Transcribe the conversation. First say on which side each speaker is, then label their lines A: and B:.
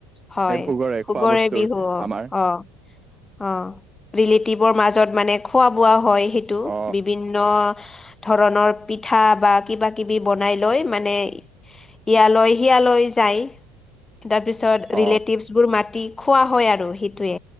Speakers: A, on the left; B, on the right.
A: হয়
B: সেই
A: ভোগৰে
B: খোৱা বস্তুৰ
A: বিহু অ',
B: আমাৰ
A: অ' অ' ৰিলেটিভৰ মাজত মানে খোৱা বোৱা হয় সেইটো
B: অ
A: বিভিন্ন ধৰণৰ পিঠা বা কিবা কিবি বনাই লৈ মানে ইয়ালৈ শিয়ালৈ যায়। তাৰ পিছত
B: অ
A: ৰিলেটিভছ বোৰ মাতি খোৱা হয় আৰু সেইটোৱে